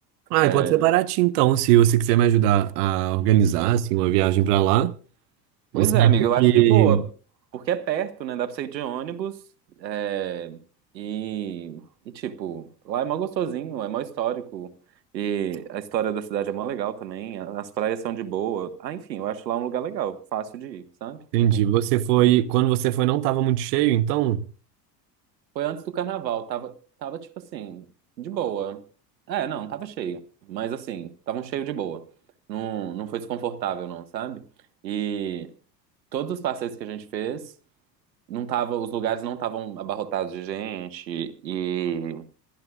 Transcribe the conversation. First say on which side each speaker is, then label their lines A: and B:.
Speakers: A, on the right (about 65°); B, on the right (about 80°).
A: Ah,
B: É,
A: e pode ser baratinho, então, se você quiser me ajudar a organizar,
B: hum.
A: assim, uma viagem pra lá. Você
B: Pois é,
A: acha
B: amiga, eu acho
A: que...
B: de boa, porque é perto, né? Dá pra você ir de ônibus é, e, e, tipo, lá é mó gostosinho, é mó histórico. E a história da cidade é mó legal também, a- as praias são de boa. Ah, enfim, eu acho lá um lugar legal, fácil de ir, sabe?
A: Entendi,
B: <clears throat>
A: você foi... Quando você foi não tava muito cheio, então?
B: Foi antes do carnaval, tava, tava tipo assim, de boa. É, não, tava cheio, mas assim, tava um cheio de boa. Não, não foi desconfortável, não, sabe? E todos os passeios que a gente fez. não tava, os lugares não estavam abarrotados de gente e,